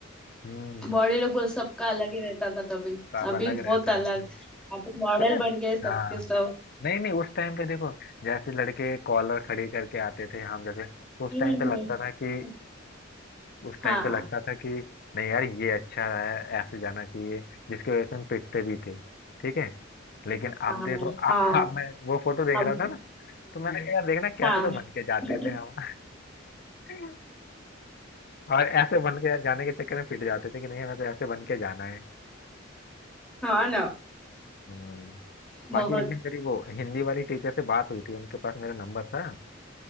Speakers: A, on the left (about 50°); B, in the centre.
A: हम्म
B: बॉडी लुक बोलो सबका अलग ही रहता था तभी
A: सब
B: अभी
A: अलग
B: बहुत
A: रहता
B: अलग
A: था
B: अभी मॉडल
A: पता है
B: बन गए सबके
A: हाँ
B: सब
A: नहीं नहीं उस टाइम पे देखो जैसे लड़के कॉलर खड़ी करके आते थे हम जैसे तो उस
B: हम्म,
A: टाइम
B: हम्म।
A: पे लगता था कि उस
B: हाँ
A: टाइम पे लगता था कि नहीं यार ये अच्छा है ऐसे जाना चाहिए जिसकी वजह से हम पिटते भी थे ठीक है लेकिन
B: हाँ
A: अब देखो आ,
B: हाँ
A: आ, मैं वो फोटो देख
B: अब
A: रहा था
B: <laughs>
A: ना तो मैंने हम्म। कहा यार देखना कैसे
B: हाँ
A: तो बन के जाते
B: <laughs>
A: थे हम <laughs> और ऐसे बन के जाने के चक्कर में पिट जाते थे कि नहीं हमें तो ऐसे बन के जाना है
B: हाँ ना
A: हम्म
B: बहुत
A: बाकी एक दिन मेरी वो हिंदी वाली टीचर से बात हुई थी उनके पास मेरा नंबर था